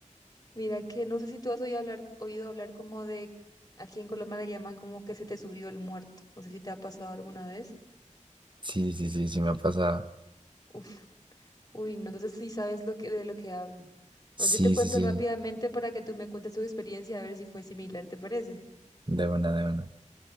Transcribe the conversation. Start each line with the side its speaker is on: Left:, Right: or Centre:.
Left: Mira que no sé si tú has oído hablar, oído hablar como de, aquí en Colombia le llaman como que se te subió el muerto. No sé si te ha pasado alguna vez.
Right: Sí, sí, sí, sí me ha pasado.
Left: Uf, uy, no, entonces sí sabes lo que, de lo que hablo. Bueno,
Right: Sí,
Left: yo te cuento
Right: sí, sí,
Left: rápidamente para que tú me cuentes tu experiencia a ver si fue similar, ¿te parece?
Right: de una, de una.